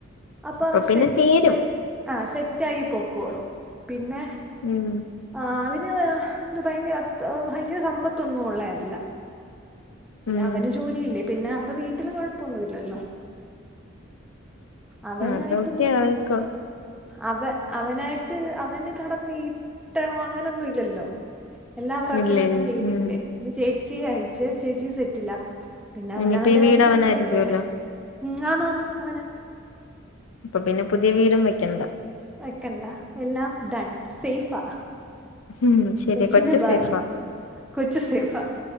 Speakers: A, in the centre; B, on the left (about 80°).
A: അപ്പാ
B: ഇപ്പൊ പിന്നെ
A: സെറ്റ്
B: ചേരും
A: സര് ആ സെറ്റായി പൊക്കോളും പിന്നെ.
B: ഉം.
A: ആഹ് അതിന് ന്ത് ഭയങ്കര അത് ഭയങ്കര സമ്പത്തൊന്നു ഒള്ളയല്ല. പിന്ന
B: ഉം
A: അവന് ജോലിയില്ലേ പിന്നെ അവരെ വീട്ടില് കൊഴപ്പൊന്നുല്ലല്ലോ. അവനായിട്ടൊന്നും
B: അതൊക്കെ ആയിക്കോളും
A: അവ അവനായിട്ട് അവന് കടം വീ ട്ടണോ അങ്ങനൊന്നുഇല്ലല്ലോ എല്ലാവറച്ഛൻ
B: ഇല്ല
A: തന്നെ
B: ഇല്ല
A: ചെയ്തില്ലേ
B: ഉം
A: ചേച്ചിയെ അയച്ച് ചേച്ചിയും സെറ്റിലാ പിന്നെ അവനവന്റെ
B: ഇനിയിപ്പ ഈ വീട്
A: കാര്യം
B: അവനായിരിക്കുവല്ലോ
A: നോക്കിയാ പോരെ ഉം ആനാന്ന്‌ അവന
B: പ്പ പിന്നെ പുതിയ വീടും വെക്കണ്ട
A: വെക്കണ്ട എല്ലാം ഡൺ സേയ്ഫാ
B: ഉം ശരിയാ
A: കൊച്ചിന്റെ
B: കൊച്ച്
A: ഭാഗ്യം
B: സേഫാ
A: കൊച്ച് സെയ്ഫാ